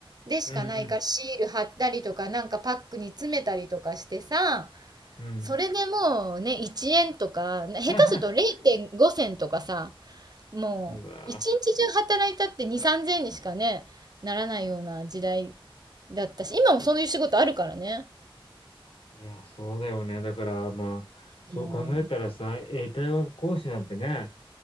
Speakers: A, on the right; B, on the left.
A: でしかないから、
B: うん
A: シール貼ったりとか、なんかパックに詰めたりとかしてさ、
B: うん。うん。
A: それでもうね、1円とか、下手すると0.5銭とかさ、
B: <laughs>
A: もう、
B: うわ
A: 一日中働いたって2、3000円にしかね、ならないような時代だったし、今もそういう仕事あるからね。
B: いや、そうだよね。だから、まあ、そう考えたらさ、
A: うん。
B: 英会話講師なんてね、